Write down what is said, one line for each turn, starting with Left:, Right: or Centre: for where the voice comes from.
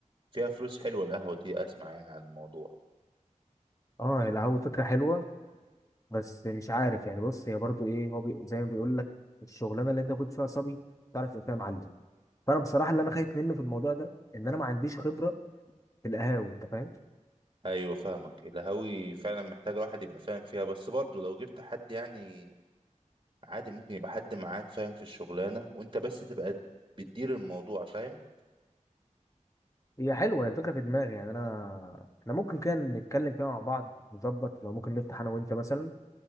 Right: فيها فلوس حلوة القهوة دي اسمع يعني عن الموضوع
Left: اه القهوه فكره حلوه بس مش عارف يعني بص هي برضه ايه هو بي... زي ما بيقول لك الشغلانه اللي انت كنت فيها صبي تعرف تبقى فيها معلم فانا بصراحه اللي انا خايف منه في الموضوع ده ان انا ما عنديش خبره في القهاوي انت فاهم
Right: ايوه فاهمك القهاوي فعلا محتاجة واحد يبقى فاهم فيها بس برضه لو جبت حد يعني عادي ممكن يبقى حد معاك فاهم في الشغلانة وانت بس تبقى بتدير الموضوع فاهم
Left: هي حلوه هي الفكره في دماغي يعني انا احنا ممكن كان نتكلم فيها مع بعض نظبط لو ممكن نفتح انا وانت مثلا